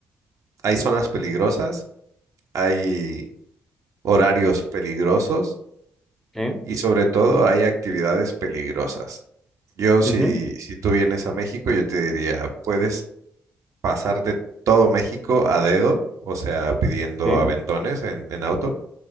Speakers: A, on the right (about 55°); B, in the centre.
A: hay zonas peligrosas, hay horarios peligrosos
B: ¿Eh?
A: y sobre todo hay actividades peligrosas. Yo, si,
B: Ujú,
A: si tú vienes a México, yo te diría, puedes pasarte todo México a dedo, o sea, pidiendo
B: Sí,
A: aventones en, en auto,